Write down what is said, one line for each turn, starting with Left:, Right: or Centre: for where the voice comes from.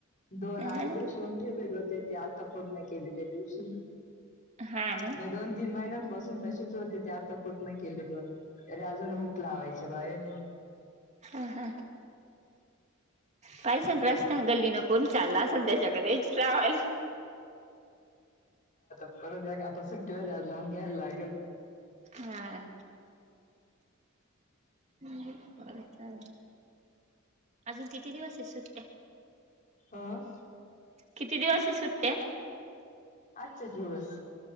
Left: दोन
Right: अ
Left: अर्धे शिवून ठेवेल होते ते आ ता पूर्ण केले त्यादिवशी,
Right: हा ना
Left: नई दोन तीन महिन्यांपासून तशेच हो ते, ते आता पूर्ण केले दोन, तरी अजून हुक लावायचे राहेले.
Right: हम्म हम्म. पाहिश रस्त्यानं गल्लीन कोणी चालला असेल त्याच्याक द्यायची लावायला.
Left: <unintelligible> आहे आता सुट्टीवर ये आज लावून घ्यायला लागल.
Right: हा. बरं चालेल, अजून किती दिवसए सुट्ट्या?
Left: अ?
Right: किती दिवसए सुट्ट्या?
Left: आजच्याच दिवस.